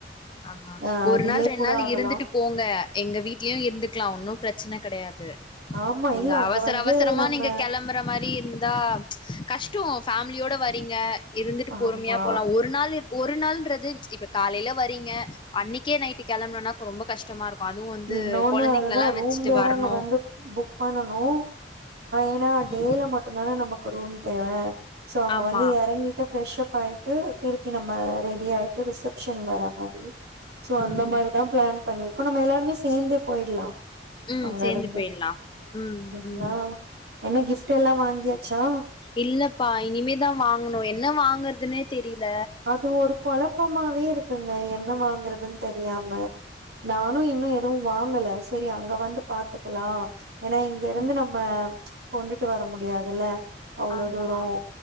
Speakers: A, on the left; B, on the right.
A: ஆமா
B: ஆ
A: ஒரு
B: டிலே
A: நாள் ரெண்டு
B: கூட
A: நாள்
B: ஆகலா
A: இருந்துட்டு போங்க எங்க வீட்லயும் இருந்துக்கலாம் ஒன்னும் பிரச்சன கடையாது
B: ஆமா
A: நீங்க
B: இல்ல அங்க
A: அவசர
B: வந்து
A: அவசரமா
B: நம்ம
A: நீங்க கெளம்பற மாரி இருந்தா கஷ்டோ ஃபேமிலியோட வரீங்க இருந்துட்டு
B: ஆமா
A: பொறுமையா போலா ஒரு நாள் இரு ஒரு நாள்ன்றது இப்ப காலைல வரீங்க அன்னிக்கே நைட்டு கெளம்பனுனா ரொம்ப கஷ்டமா இருக்கு அதுவும் வந்து
B: இன்னொன்னு
A: கொழந்தைங்களலா
B: அதுதா ரூம்
A: வச்சிட்டு
B: வேற
A: வரணு
B: அங்க வந்து புக் பண்ணனு ஏன்னா
A: ம்
B: டேல மட்டு தானே நமக்கு ரூம் தேவ சோ அங்க
A: ஆமா
B: வந்து எறங்கிட்டு ஃப்ரெஷ் அப் ஆயி ட்டு திருப்பி நம்ம ரெடி ஆயிட்டு ரிசப்ஷன் வர மாரி சோ அந்த
A: ம்
B: மாரிதா பிளான் பண்ணிருக்கோ நம்ம எல்லாருமே சேந்தே போயிட்லா
A: ம்
B: அங்க
A: சேந்து
B: இருந்து
A: போயிட்லா ம்
B: என்னா
A: ம்
B: என்ன கிஃப்ட் எல்லா வாங்கியாச்சா
A: இல்லப்பா இனிமே தா வாங்குனு என்ன வாங்கறதுனே தெரியில
B: அது ஒரு கொழப்பமாவே இருக்குங்க என்ன வாங்குறதுன் தெரியாம நானு இன்னு எதுவும் வாங்கல செரி அங்க வந்து பாத்துக்கலா ஏனா இங்க இருந்து
A: ம்
B: நம்ம கொண்டுட்டு வர முடியாதுல அவ்வளோ
A: ஆமா
B: தூரொ
A: ஆமா